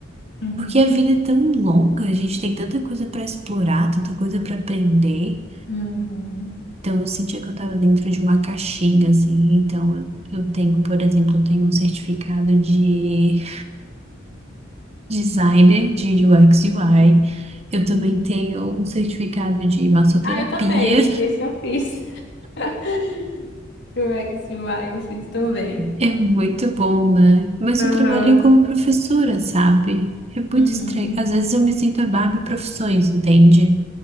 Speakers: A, on the left; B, on the right.
A: uhum.
B: Porque a vida é tão longa, a gente tem tanta coisa para explorar, tanta coisa para aprender.
A: Uhum,
B: Então eu sentia que eu estava dentro de uma caixinha, assim. Então eu eu tenho, por exemplo, eu tenho um certificado de designer de UX
A: uhum,
B: UI. Eu também
A: uhum.
B: tenho um certificado de massoterapia.
A: Ah, eu também. Esse eu fiz. <laughs> O X e o XUI eu fiz também.
B: É muito bom, né? Mas
A: Aham.
B: eu trabalho como professora, sabe? É muito
A: Uhum.
B: estranho. Às vezes eu me sinto a Barbie profissões, entende?